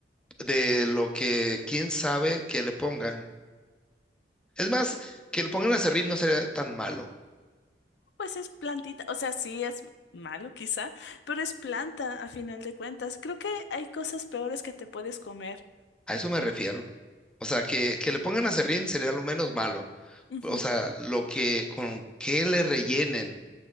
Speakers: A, in the centre; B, on the left.
A: de lo que quién sabe que le pongan. Es más, que le pongan aserrín no sería tan malo.
B: Pues es plantita. O sea, sí es malo quizá, pero es planta a final de cuentas. Creo que hay cosas peores que te puedes comer.
A: A eso me refiero. O sea, que, que le pongan aserrín sería lo menos malo.
B: Ujú.
A: O sea, lo que con qué le rellenen